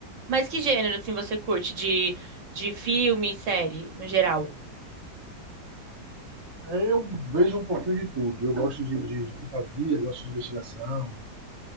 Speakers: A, on the right; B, on the right.
A: Mas que gênero, assim, você curte de, de filme, série, no geral?
B: É, eu vejo um pouquinho de tudo. Eu gosto de, de- de fantasia, eu gosto de investigação.